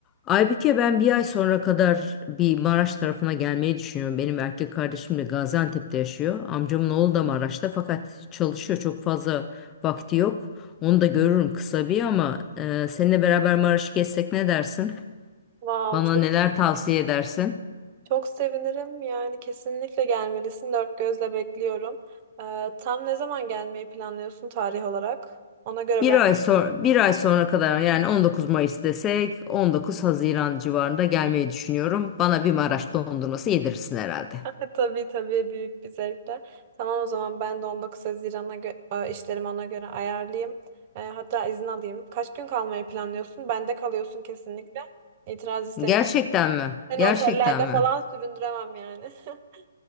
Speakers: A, on the left; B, on the right.
A: Aybüke ben bir ay sonra kadar bir Maraş tarafına gelmeyi düşünüyorum. Benim erkek kardeşim de Gaziantep'te yaşıyor. Amcamın oğlu da Maraş'ta fakat çalışıyor. Çok fazla vakti yok. Onu da görürüm kısa bir ama e, seninle beraber Maraş'ı gezsek ne dersin?
B: Wow,
A: Bana
B: çok
A: neler tavsiye edersin?
B: çok sevinirim. Yani kesinlikle gelmelisin. Dört gözle bekliyorum. Ee, tam ne zaman gelmeyi planlıyorsun tarih olarak? Ona göre
A: Bir
B: ben
A: ay sonra bir ay sonra kadar yani 19 Mayıs desek 19 Haziran civarında gelmeyi düşünüyorum. Bana bir Maraş dondurması yedirirsin herhalde.
B: <laughs> tabii tabii büyük bir zevkle. Tamam o zaman ben de 19 Haziran'a gö- e, işlerimi ona göre ayarlayayım. E, hatta izin alayım. Kaç gün kalmayı planlıyorsun? Bende kalıyorsun kesinlikle. İtiraz istemiyorum.
A: Gerçekten mi?
B: Seni
A: Gerçekten
B: otellerde
A: mi?
B: falan süründüremem yani. <laughs>